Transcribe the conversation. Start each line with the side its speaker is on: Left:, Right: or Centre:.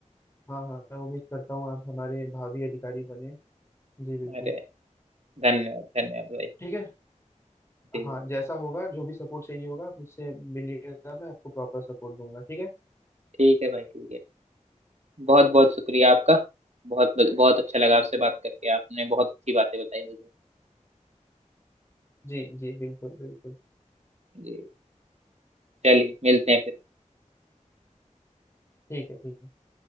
Left: हाँ हाँ मैं उम्मीद करता हूँ आप हमारे भावी अधिकारी बने जी बिल्कुल
Right: अरे धन्यवाद धन्यवाद भाई
Left: ठीक है
Right: जी
Left: हाँ
Right: जी
Left: जैसा होगा जो भी सपोर्ट चाहिए होगा आप मुझसे मिलिएगा मैं आपको प्रॉपर सपोर्ट दूंगा ठीक है
Right: ठीक है भाई ठीक है बहुत बहुत शुक्रिया आपका बहुत बहुत अच्छा लगा आपसे बात करके आपने बहुत अच्छी बातें बताई मुझे
Left: जी जी बिल्कुल बिल्कुल
Right: जी चलिए मिलते हैं फिर
Left: ठीक है ठीक है